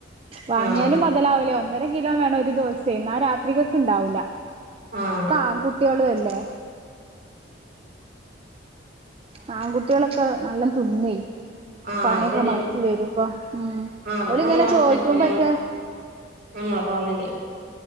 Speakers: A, on the right; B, on the right.
A: വാങ്ങിയാലും
B: ആഹ്
A: മോതലാവുല ന്നര കിലോ വേണം ഒരു ദിവസ ത്തി ന്നാ രാത്രികക്ക് ഇണ്ടാവൂല
B: ആഹ്
A: കാ കുട്ടികളോല്ലേ ആൻകുട്ടികളൊക്കെ നല്ലം ത്തിന്നുയ്‌
B: ആഹ്
A: പണിയൊക്കെ
B: ശരിയാണ്
A: മാറ്റി വരുമ്പ മ്
B: ആഹ് അവര്
A: ഒരിങ്ങനെ
B: നല്ല ഭക്ഷണൊക്കെ
A: ചോയ്‌ക്കും ബറ്റേ
B: ഞമ്മ <unintelligible>